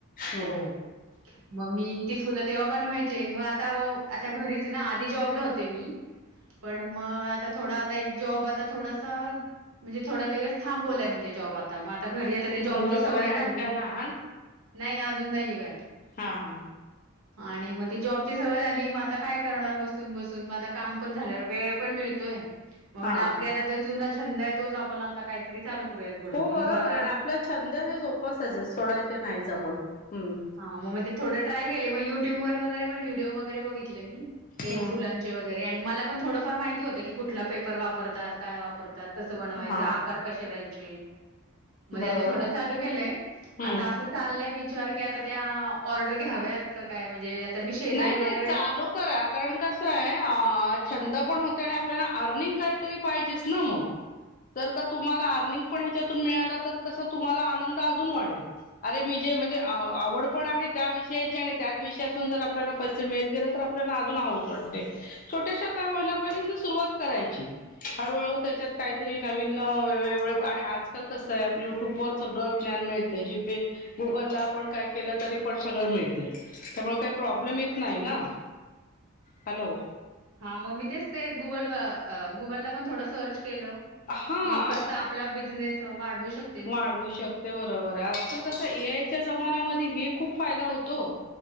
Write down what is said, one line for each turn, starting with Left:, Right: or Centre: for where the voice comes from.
Right: हो
Left: हम्म
Right: म मी ती फुलं तेव्हा बनवायची मग आता आता घरीच ना आधी जॉबल होते मी पण मग आता थोडा एक जॉब आता थोडासा म्हणजे थोड्या दिवस थांबलाय म्हणजे जॉब आता आ मग आता घरी आता
Left: हम्म
Right: ती जॉबची
Left: मुलं
Right: सवय
Left: वगैरे आहेत
Right: झाली
Left: का लहान
Right: नाही अजून नाहीये काय
Left: हा हा
Right: आणि मग ती जॉबची सवय झाली मग आता काय करणार बसून बसून मग आता काम पण झाल्या वेळ पण मिळतोय मग म्हणलं
Left: हा
Right: आपली आता जो जुना छंद आहे तोच आपल्याला आता काहीतरी चालू करूयात पुढं
Left: हो
Right: म्हणून
Left: बरोबर
Right: मग आता
Left: आहे ना आपला छंद हे झोपासयच सोडायचे नाहीच
Right: हा
Left: आपण हम्म
Right: हा मग मग ते थोडं ट्राय केले मग युट्यूब वगैरे पण व्हिडिओ वगैरे बघितले मी ते
Left: हम्म
Right: फुं गैरे आणि मला पण थोडंफार माहिती होतं की कुठला पेपर वापरतात काय वापरतात स बनवायच
Left: हा
Right: आकार कसे द्यायचे मध्ये
Left: बरोबर
Right: आ थोड
Left: आहे
Right: चालू केलंय
Left: हम्म.
Right: आता अस चाललंय विचार की आता त्या ऑर्डर घ्याव्यात का काय म्हणजे मी शेजारी
Left: नाय नाय
Right: वगैरे
Left: चालू करा कारण कसं आहे छंद पण होत आणि आपल्याला आर्लिंग काहीतरी पाहिजेच ना मग. जर का तुम्हाला आर्लिंग पण ह्याच्यातून मिळालं तर कस तुम्हाला आनंद अजून वाढेल. अरे मी जे म्हणजे आवड पण आहे त्या विषयाची आणि त्याच विषयातून जर आपल्याना पैसे मिळत गेले तर आपल्याला अजून हाऊस वाटते. छोट्याशा का होईना पण सुरुवात करायची. हळूहळू त्याच्यात काहीतरी नवीन वेगळ आणि आजकाल कसं आहे युट्युब वर सगळ प्लॅन मिळतय जी गुगलला आपण काय केलं तरी पण सगळं मिळते त्यामुळे काय मिळत नाही ना हॅलो
Right: हा मग मी तेच तेच गुगल गुगलला पण थोड सर्च केलं
Left: हा
Right: की कसं आपला बिझनेस वाढवू शक
Left: वाढवू शकते बरोबर आहे आजकाल कस ए आय च्या जमान्यामध्ये हे खूप फायदा होतो.